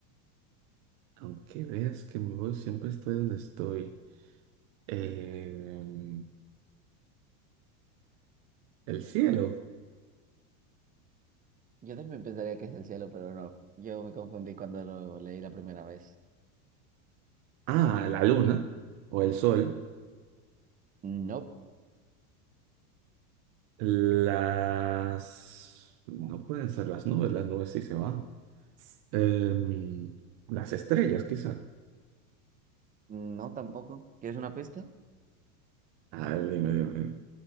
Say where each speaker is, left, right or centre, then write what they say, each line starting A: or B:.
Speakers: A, on the right; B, on the right.
A: Aunque veas que me voy, siempre estoy donde estoy. Eh, el cielo.
B: Yo también pensaría que es el cielo, pero no. Yo me confundí cuando lo leí la primera vez.
A: Ah, la luna o el sol.
B: No,
A: Las... No pueden ser las nubes, las nubes sí se van. Em, las estrellas, quizá.
B: no tampoco. ¿Quieres una pista?
A: A ver, dime, dime, dime.